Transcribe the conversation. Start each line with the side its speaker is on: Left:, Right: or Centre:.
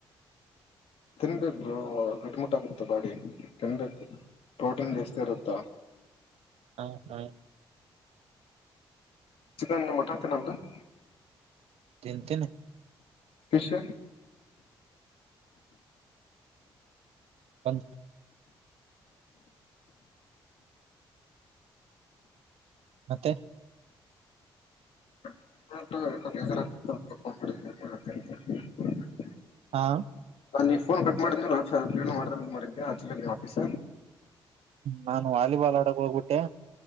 Left: ತಿನ್ಬೇಕರು ಗಟ್ ಮುಟ್ಟ ಆಗುತ್ತ ಬಾಡಿ ತಿನ್ಬೇಕು ಪ್ರೋಟಿನ್ ಜಾಸ್ತೀರುತ್ತ
Right: ಹಾ ಹ
Left: ಚಿಕನ್ ಮಟನ್ <unintelligible>
Right: ತಿನ್ ತಿನ್
Left: ಫಿಶ್
Right: ಬಂದ್ ಮತ್ತೆ
Left: ಹ
Right: ಹಾ
Left: ನೀ ಫೋನ್ ಕಟ್ ಮಾಡಿದ ಮ್ಯಾಲ ಮಾಡ್ಬೇಕ್ ಅಂತ ಮಾಡಿದ್ಯಾ ಹಚ್ಚಬೇಕ್ ನಾ ಆಫೀಸ.
Right: ನಾನು ವಾಲಿಬಾಲ್ ಆಡಕ್ ಹೋಗ್ಬಿಟ್ಟೆ